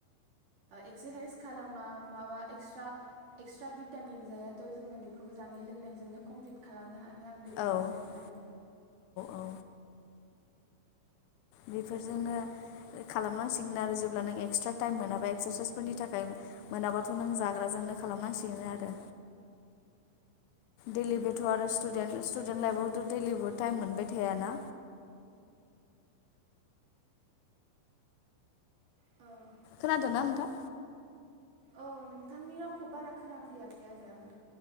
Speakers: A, on the right (about 60°); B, on the left (about 85°).
A: एक्सारसाइस खालामा माबा एक्स्रा एक्सट्रा भिटामिन जायाथ' जोङो बेखौ जानाय लोंनायजोंनो कमप्लिट खालामनो आरो आं बेबायदि
B: औ
A: सानो आरो।
B: औ बेफोरजोंनो खालामनांसिगोन आरो जेब्ला नों एक्सट्रा टाइम मोनाबा एक्सारसाइसफोरनि थाखाय मोनाबाथ' नों जाग्राजोंनो खालामनांसिगोन आरो। डेलि बेथ'
A: औ
B: आरो
A: औ
B: स्टुडेन्ट स्टुडेन्ट लाइफआवथ' दैलिबो टाइम मोनबाय थायाना।
A: औ।
B: खोनादोंना नोंथां?
A: औ नोंथांनि रावखौ बारा खोनाफैयाखै आरो आङो।